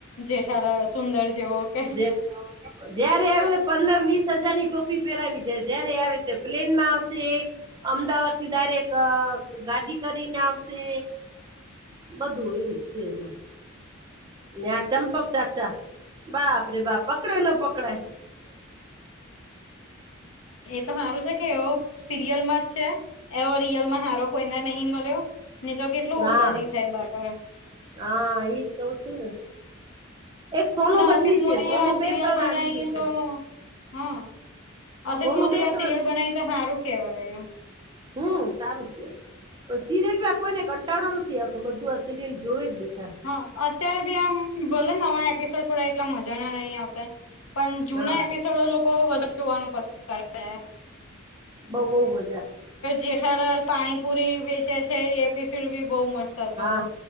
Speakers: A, on the left; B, on the right.
A: જેઠાલાલ સુંદર જેવો કે,
B: જે જયારે આવે પંદર વીસ હજારની ટોપી પહેરાવીદે જાય જયારે આવે ત્યારે પ્લેન માં આવશે અમદાવાદ થી ડાયરેક ગાડી કરીને આવશે, બધું એવું જ છે એમાં, ને આ ચંપક ચાચા બાપરે બાપ પકડે ન પકડાય
A: એ તો સારું છે કે એવો સિરિયલ માં જ છે એવો રિયલમાં હારો કોઈને નહીં મળ્યો ને તો કેટલું
B: હા
A: ઉપાધિ થાય બાપા,
B: હા ઈજ કઉ છું ને, એક સોનું
A: અને
B: બદલી
A: અસિત
B: છે
A: મોદી
B: સોનું
A: એ આ
B: બે
A: સિરિયલ
B: ત્રણ
A: બનાવી
B: આવી ગય છે,
A: તો હા અસિત
B: સોનું
A: મોદીએ
B: બે
A: આ
B: ત્રણ
A: સિરિયલ બનાવી તો સારું કેવાય એ
B: હમ સારૂ થ્યું, પણ સિરિયલમાં કોઈને કંટાળો નથી આવતો બધું આ સિરિયલ જોવે જ બેઠા
A: હા અત્યારે ભી આમ ભલે નવા એપિસોડ થોડા એટલા મજા ના નહી આવતા, પણ જૂના
B: હા
A: એપિસોડો લોકો વધાર જોવાનું પસંદ કરે,
B: બઉ બહુ હો,
A: જેઠલાલ પાણીપુરી વેચે છે એ એપિસોડ બી બઉ મસ્ત, તો
B: હા